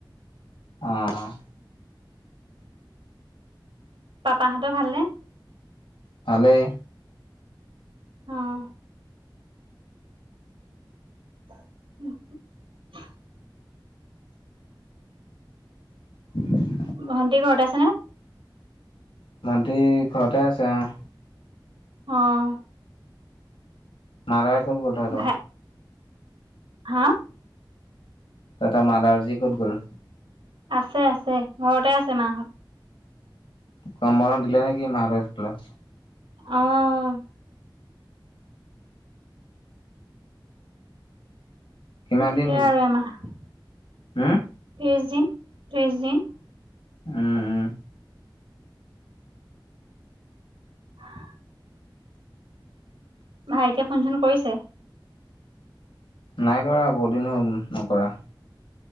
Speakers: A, on the left (about 85°); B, on the right (about 80°).
A: অ'।
B: পাপাহঁত ভালনে?
A: ভালেই।
B: অ'। <inaudible>
A: <inaudible>
B: ভন্টি ঘৰত আছে নে?
A: ভন্টি ঘৰতে আছে অ'।
B: অ'।
A: মাদাৰ ক'ত গ'ল তহঁত?
B: ভাই হা?
A: তহঁত মাদাৰজি ক'ত গ'ল?
B: আছে আছে, ঘৰতে আছে মাহঁত।
A: গম বন্ধ দিলে নে কি মাহঁত স্কুলৰ?
B: অ'।
A: কিমান
B: দিলে
A: দিন
B: আৰু এমাহ। ত্ৰিশ
A: উম,
B: দিন, ত্ৰিশ দিন।
A: উ, উ।
B: <inaudible> ভাইটীয়ে ফোন চোন কৰিছে?
A: নাই কৰা বহুত দিন হ'ল নকৰা।